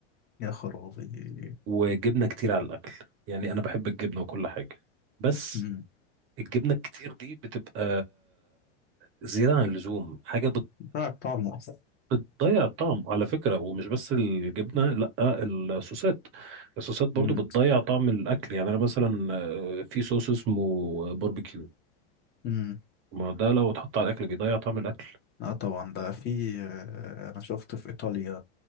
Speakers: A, on the left (about 30°); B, on the right (about 35°).
A: يا خرابي
B: وجبنة كتير على الأكل يعني أنا بحب الجبنة وكل حاجة بس
A: امم
B: الجبنة الكتير دي بتبقى زيادة عن اللزوم حاجة بت-
A: ده طعمه اصلا
B: بتضيع الطعم على فكرة ومش بس الجبنة لأ الصوصات الصوصات برضو
A: امم
B: بتضيع طعم الأكل يعني أنا مثلا آه، في صوص اسمه باربيكيو
A: امم
B: ما ده لو اتحط على الأكل بيضيع طعم الأكل
A: اه طبعا ده في آه، انا شفت في ايطاليا